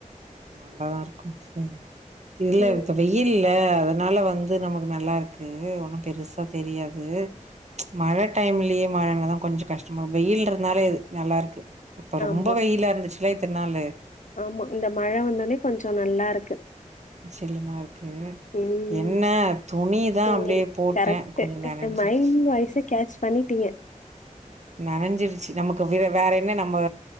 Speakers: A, on the right; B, on the left.
A: நல்லாதா இருக்கும் சரி இதுலயா
B: ம்.
A: தோழி இல்ல அதனால வந்து நமக்கு நல்லா இருக்கு ஒன்னு பெருசா தெரியாது மழை டைம்லயே மழனா தா கொஞ்சோ கஷ்டமா வெயில் இருந்தாலே இது நல்லா இருக்கு இப்ப ரொம்ப
B: ஆமா,
A: வெயிலா இருந்துச்சுலா இத்தன் நாளு
B: ஆமா இந்த மழை வந்த ஒன்னே கொஞ்சோ நல்லா இருக்கு
A: சில்லுனா இருக்கு
B: ம்.
A: என்ன துணி தா
B: துணி
A: அப்டியே போட்டே
B: கரெக்ட்டு.
A: கொஞ்சோ நனச்சிடுச்சு
B: மைண்ட் வாய்ஸ கேட்ச் பண்ணிட்டீங்க
A: நனஞ்சிருச்சு நமக்கு வேற வேற என்ன நம்ம